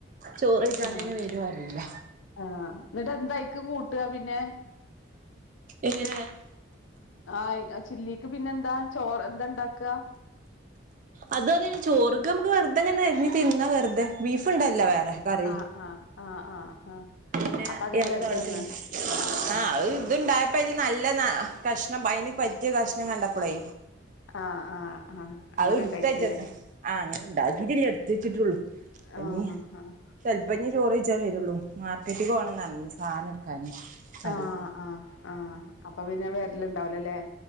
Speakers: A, on the right; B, on the left.
A: ചോറയിച്ചാൻ
B: ആഹ്
A: തന്നെ വരോ അറില്ല
B: ആഹ് ന്നിട്ട് എന്തായിക്ക് കൂട്ട പിന്നെ
A: എങ്ങനെ
B: ആഹ് ചില്ലിക്ക് പിന്നെന്താ ചോറ് എന്താ ഇണ്ടാക്ക
A: അതന്നെ ചോർക്ക് നമ്മക്ക് വെർ തെങ്ങനെ അരിഞ്ഞി തിന്ന വെർ തെ ബീഫ് ഇണ്ടല്ല
B: ആഹ്
A: വേറെ കറി
B: ആഹ് ആഹ് ആഹ് ആഹ് ആഹ്
A: പിന്നെ
B: അപ്പൊ അങ്ങനെ
A: ഇല
B: വെറുതെ
A: താളി
B: തിന്നാ
A: അത്
B: ആഹ് ആഹ്
A: അത്
B: ആഹ്
A: ഇത്ണ്ടായപ്പോ അതിന് നല്ല കഷ്ണം അതിന് പറ്റിയ കഷ്ണം കണ്ടപ്പോളേ
B: ആഹ് ആഹ് ആഹ് അങ്ങനെ
A: ഇടുത്തച്ചത്
B: ഇണ്ടാക്കിയല്ലേ
A: ആഹ് അങ്ങനെണ്ടാക്കീട്ടില്ല എടുത്ത് വെച്ചിട്ടുള്ളൂ അപ്പൊ
B: ആഹ്
A: നീ
B: ആഹ്
A: ചെല്പ്പഞ്ഞി ചോറ് വെയിച്ചാൻ വരുള്ളൂ മാർക്കറ്റ്ക് പോണം ന്ന് പറഞിന് സാനം എടുക്കാന് കടേക്ക്
B: ആഹ് ആഹ് ആഹ് അപ്പൊ പിന്നെ വെരല്ണ്ടാവൂല്ലല്ലേ